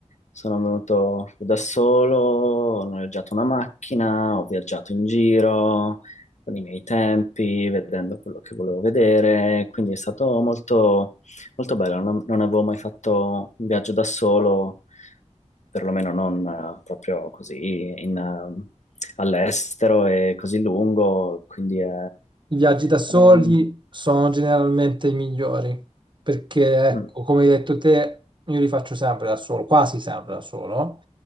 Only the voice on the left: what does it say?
sono venuto da solo, ho noleggiato una macchina, ho viaggiato in giro con i miei tempi, vedendo quello che volevo vedere, quindi è stato molto, molto bello. Non, non avevo mai fatto un viaggio da solo, perlomeno non eh, proprio così in, eh, all'estero e così lungo, quindi è...
è-
mm,